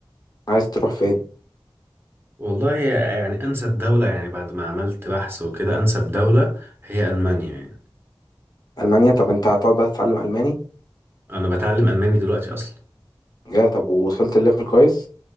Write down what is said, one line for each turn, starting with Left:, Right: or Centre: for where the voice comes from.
Left: عايز تروح فين؟
Right: والله يعني انسب دوله يعني بعد ما عملت بحث وكده انسب دوله هي المانيا يعني
Left: ألمانيا طب انت هتقعد بقى تتعلم ألماني؟
Right: انا بتعلم الماني دلوقتي اصلا
Left: يا طب ووصلت الليفل كويس